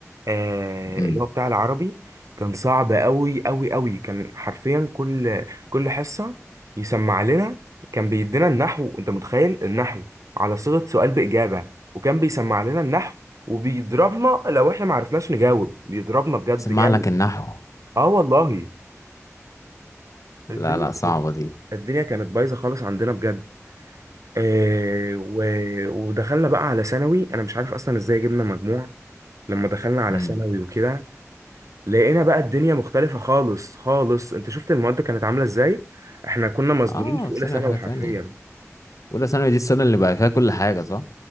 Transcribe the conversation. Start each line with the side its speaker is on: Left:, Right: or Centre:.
Right: آه
Left: امم
Right: اللي هو بتاع العربي كان صعب قوي قوي قوي كان حرفيا كل كل حصه يسمع لنا كان بيدينا النحو انت متخيل النحو على صيغه سؤال باجابه وكان بيسمع لنا النحو وبيضربنا لو احنا ما عرفناش نجاوب بيضربنا بجد
Left: سمع
Right: جامد
Left: لك النحو
Right: اه والله الدنيا
Left: لا لا صعبه دي
Right: الدنيا كانت بايظه خالص عندنا بجد آه، و- ودخلنا بقى على ثانوي انا مش عارف اصلا ازاي جبنا مجموع لما دخلنا على
Left: امم
Right: ثانوي وكده لقينا بقى الدنيا مختلفة خالص خالص انت شفت المواد كانت عاملة ازاي احنا كنا مصدومين
Left: اه
Right: في
Left: في
Right: اولى
Left: ثانوي
Right: ثانوي
Left: حاجه
Right: حرفيا
Left: تانية اولى ثانوي دي السنه اللي بقى فيها كل حاجه صح